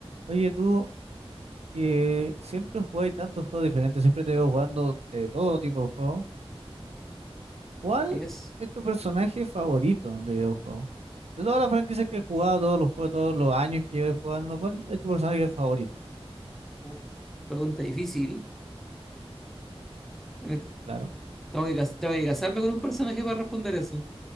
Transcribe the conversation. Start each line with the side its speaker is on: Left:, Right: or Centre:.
Right: Oye, tú que siempre jugáis tantos juegos diferentes, siempre te veo jugando de todo tipo de juegos. ¿Cuál
Centre: Así es.
Right: es tu personaje favorito de videojuegos? De todas las franquicias que he jugado, todos los juegos, todos los años que llevo jugando, ¿cuál es tu personaje favorito?
Centre: Uf, pregunta difícil. Me-
Right: Claro.
Centre: Tengo que, cas- tengo que casarme con un personaje para responder eso.